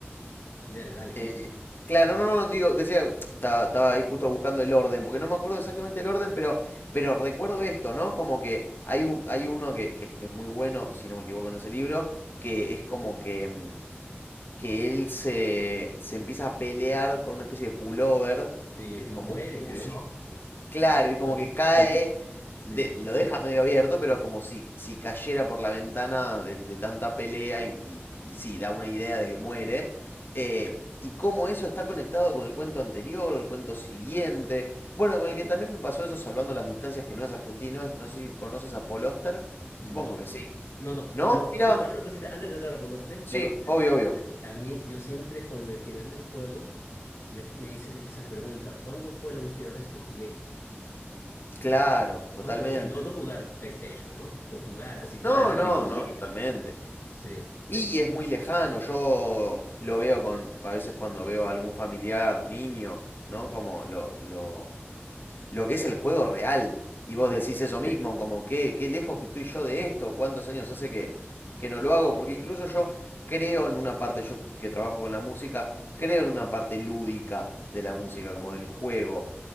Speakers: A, on the left (about 75°); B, on the left (about 55°).
A: Dale, dale.
B: Eh, claro, no, no, no, digo, decía, ta- estaba ahí justo buscando el orden, porque no me acuerdo exactamente el orden, pero, pero recuerdo esto, ¿no? Como que hay un, hay uno que, que, es que es muy bueno, si no me equivoco, en ese libro, que es como que, mm, que él se, se empieza a pelear con una especie de pullover,
A: Sí,
B: que es como
A: muere,
B: un buzo.
A: creo.
B: Claro, y como
A: Conti-
B: que cae,
A: Sí,
B: de- lo deja medio abierto, pero como si, si cayera por la ventana de, de tanta pelea y, y- y sí, da una idea de que muere. eh, y cómo eso está conectado con el cuento anterior o el cuento siguiente. Bueno, con el que también me pasó eso, salvando las distancias, que no es argentino, es- no sé si conoces a Paul Oster.
A: no.
B: Supongo que sí.
A: No, no.
B: ¿No?
A: Pero
B: No, Mira,
A: una,
B: no, no,
A: una cosita, antes de entrar a Poloste,
B: sí,
A: eh,
B: obvio, obvio.
A: a mí, yo siempre con el final del juego me, me hice esa pregunta, ¿cuándo fue la última vez que jugué?
B: Claro, totalmente.
A: ¿Cuándo? O sea, no, no jugar PlayStation, ¿no? O jugar así como
B: No, Claro,
A: niños.
B: es no, como no, lejos.
A: eh,
B: totalmente.
A: Sí,
B: Sí. Y es muy lejano, yo lo veo con, a veces cuando veo a algún familiar, niño, ¿no? Como lo, lo, lo que es el juego real. Y vos
A: sí,
B: decís eso Sí. mismo, como qué, qué lejos que estoy yo de esto, cuántos años hace que, que no lo hago, porque incluso yo creo en una parte, yo que trabajo con la música, creo en una parte lúdica de la música, como del juego